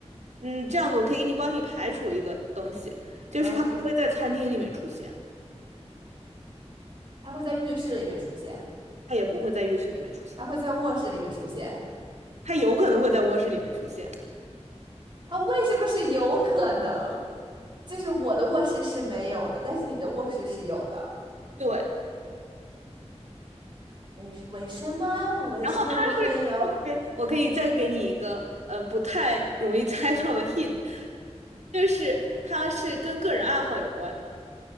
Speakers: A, on the right; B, on the right.
A: 嗯这样子，我可以给你帮你排除一个东西，就是它不会在餐厅里面出现，
B: 嗯，它会在浴室里面出现。
A: 它也不会在浴室里面出现，
B: 它会在卧室里面出现。
A: 它有可能会在卧室里面出现。
B: 它为什么是有可能？就是我的卧室是没有的，但是你的卧室是有的。
A: 对，
B: 为是为什么？为什么我没有？
A: 然后它是 OK，我可以再给你一个呃不太容易猜到的 hint，就是它是跟个人爱好有关的。